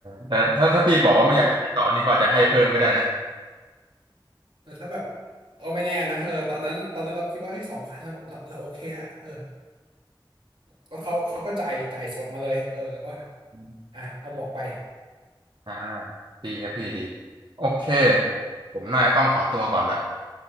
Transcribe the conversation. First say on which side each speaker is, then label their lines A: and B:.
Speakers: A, on the right; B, on the right.
A: แต่ถ้าถ้าพี่บอกว่าไม่อยากขายต่อนี่ก็อาจจะให้เพิ่มก็ได้นะ
B: เพราะว่าเออถ้าแบบเอาไม่แน่นะเออตอนนั้นตอนนั้นเราคิดว่าไอ้สองพันเราเราเราโอเคละเออแล้วเขาเขาก็จ่ายจ่ายสดมาเลยเออแล้วก็
A: อม
B: อ่ะเอาหมวกไป
A: อ่าดีครับพี่ดี โอเค
B: <laughs> ครับ
A: ผมน่าจะต้องขอตัวก่อนละ